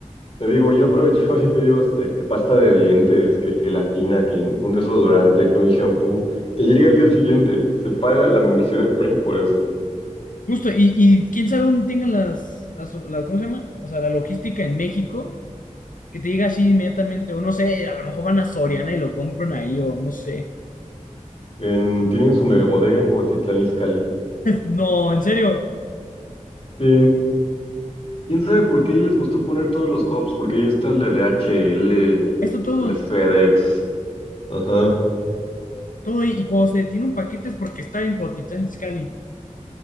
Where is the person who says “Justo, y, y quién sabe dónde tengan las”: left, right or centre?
Left